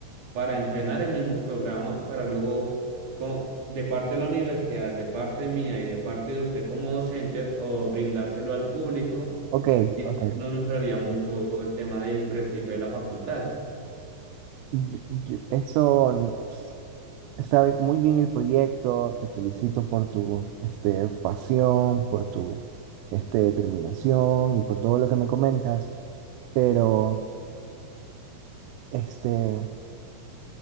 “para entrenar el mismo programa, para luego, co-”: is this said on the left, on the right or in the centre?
Right